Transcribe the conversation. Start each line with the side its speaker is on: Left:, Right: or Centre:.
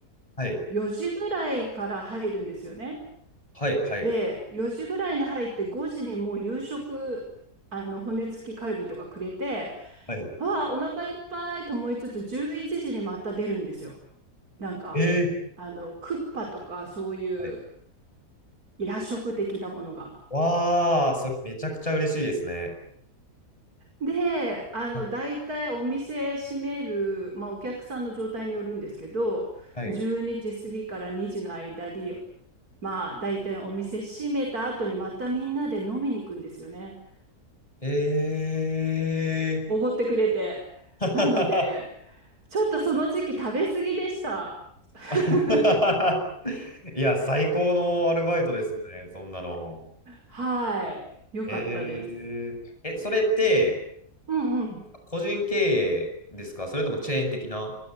Left: はい、
Right: 4時ぐらいから入るんですよね。
Left: はい、はい、
Right: で、4時ぐらいに入って5時にもう夕食、あの、骨付きカルビとかくれて、
Left: はい。
Right: わあ、お腹いっぱいと思いつつ、11時にまた出るんですよ。なんか、
Left: えー、
Right: あの、クッパとかそういう
Left: はい。
Right: 夜食的なものが。
Left: わあ、それめちゃくちゃ嬉しいですね。
Right: で、あの、
Left: はい、
Right: 大体お店閉める、まあ、お客さんの状態によるんですけど、
Left: はい。
Right: 12時過ぎから2時の間に、まあ、大体お店閉めた後にまたみんなで飲みに行くんですよね。
Left: え
Right: おごってくれて。
Left: ー。
Right: なので、ちょっとその時期食べ過ぎでした。<laughs>
Left: <laughs> いや、最高のアルバイトですよね、そんなの。
Right: はい。よかったです。
Left: えー、え、それって、
Right: うんうん。
Left: 個人経営ですかそれともチェーン的な